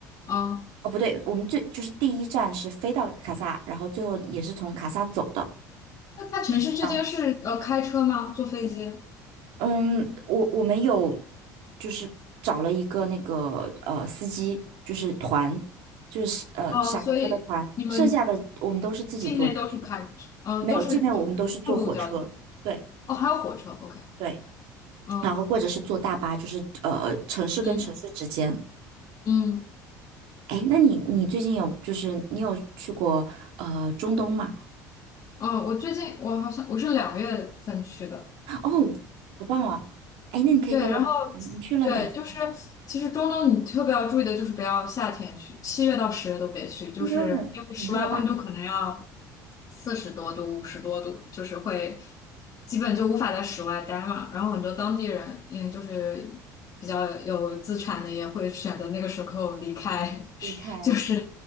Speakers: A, on the left (about 45°); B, on the right (about 70°).
A: 嗯，
B: 哦不对，我们最就是第一站是飞到卡萨，然后最后也是从卡萨走的。
A: 那它城市之间是呃开车吗？
B: 这样
A: 坐飞机？
B: 嗯，我我们有就是找了一个那个呃司机，就是团，就是呃沙他的团，
A: 哦，所以你们
B: 剩下的我们都是自己坐车，
A: 境内都是开，呃，
B: 没有，
A: 都是就是陆路交通。
B: 境内我们都是坐火车。对
A: 哦，还有火车。OK，
B: 对，
A: 嗯
B: 然后或者是坐大巴，就是呃城市跟城市之间。
A: 嗯。嗯
B: 哎，那你你最近有就是你有去过呃中东吗？
A: 嗯，我最近我好像我是两月份去的，
B: 哦，好棒啊！哎，那你可以跟我，
A: 对，然后
B: 嗯你去了哪些？
A: 对，就是其实中东你特别要注意的就是不要夏天去，七月到十月都别去，就是因为室外温度可能要
B: 应该会很很热吧？
A: 四十多度、五十多度，就是会基本就无法在室外待嘛。然后很多当地人，嗯，就是比较有资产的也会选择那个时候离开，<laughs>
B: 离开
A: 就是